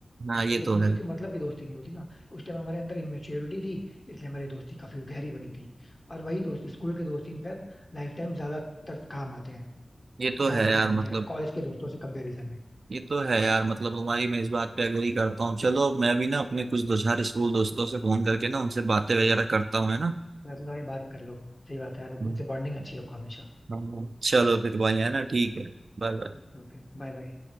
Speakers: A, on the right; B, on the left.
A: हाँ ये
B: लेकिन
A: तो है
B: क्योंकि मतलब की दोस्ती नहीं होती ना उस टाइम हमारे अंदर इमेच्योरिटी थी इसलिए हमारी दोस्ती काफी गहरी बनी थी और वही दोस्त स्कूल के दोस्त इनफैक्ट लाइफ टाइम ज्यादातर काम आते हैं
A: ये तो
B: ज्यादा
A: है यार
B: काम
A: मतलब
B: आते हैं कॉलेज के दोस्तों से कंपैरिजन में
A: ये तो है यार मतलब तुम्हारी मैं इस बात पे एग्री करता हूँ चलो अब मैं भी ना अपने कुछ दो चार स्कूल दोस्तों से फोन करके ना उनसे बातें वगैरह करता हूँ है ना
B: मतलब भाई बात कर लो सही बात है यार उनसे
A: हाँ,
B: बॉन्डिंग अच्छी रखो हमेशा
A: हाँ, हाँ। चलो फिर भाई है ना ठीक है Bye bye
B: ठीक है, ओके बाय बाय